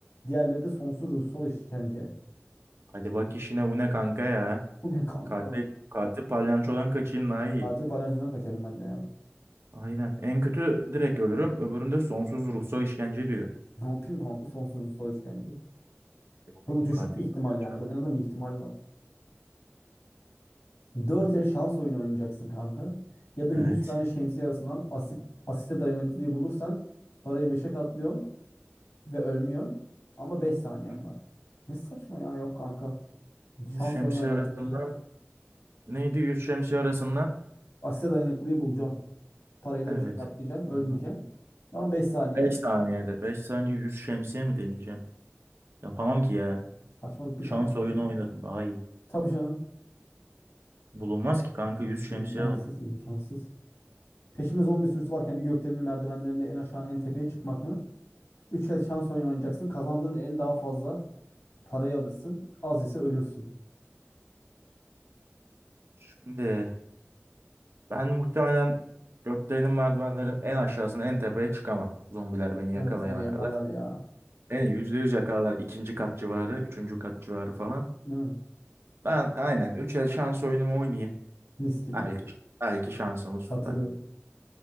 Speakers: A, on the left (about 80°); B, on the right (about 65°).
A: Diğerleri de sonsuz ruhsal işkence.
B: Hadi bak işine bu ne kanka ya.
A: Bu ne kanka?
B: Katil, katil palyançodan kaçayım daha iyi.
A: Katil palyaçodan kaçarım ben de ya.
B: Aynen. En kötü direkt ölürüm. Öbüründe sonsuz ruhsal işkence diyor.
A: Ne yapayım kanka sonsuz ruhsal işkence.
B: Yok
A: Bu
B: yok
A: düşük
B: katil
A: bir ihtimal
B: palyanço.
A: yani. Bunun en azından bir ihtimali var. 4 el şans oyunu oynayacaksın kanka. Ya da 100
B: Evet.
A: tane şemsiye arasından asit, asite dayanıklılığı bulursan parayı beşe katlıyorsun ve ölmüyorsun. Ama beş saniyen
B: Hı hı.
A: var. Ne saçma ya yok kanka.
B: Yüz
A: Şans
B: şemsiye
A: oyunu oynarım
B: arasından.
A: daha iyi.
B: Neydi yüz şemsiye arasından?
A: Asite dayanıklıyı bulacaksın. Parayı da
B: Evet.
A: beşe katlayacaksın. Ölmeyeceksin.
B: Aynen.
A: Ama 5 saniyem
B: 5
A: var.
B: saniyede. beş saniye yüz şemsiye mi deneyeceğim? Yapamam ki ya.
A: Saçmalık bir
B: Şans
A: tane.
B: oyunu oynarım daha iyi.
A: Tabii canım.
B: Bulunmaz ki kanka yüz şemsiye
A: İmkansız,
B: var.
A: imkansız. Peşine zombi sürüsü varken bir gökdelenin merdivenlerinde en aşağı en tepeye çıkmak mı? 3 el şans oyunu oynayacaksın. Kazandığın el daha fazla parayı alırsın. Az ise ölürsün.
B: Şimdi Ben muhtemelen gökdelenin merdivenlerin en aşağısına en tepeye çıkamam. Zombiler beni yakalayana
A: Evet seni yakarlar
B: kadar.
A: ya.
B: Beni %100 yakalarlar. ikinci kat civarı, üçüncü kat civarı falan.
A: Değil mi?
B: Ben aynen 3 el şans oyunumu oynayayım.
A: Mis gibi.
B: Belki, belki şansımız
A: Katılıyorum.
B: tutar.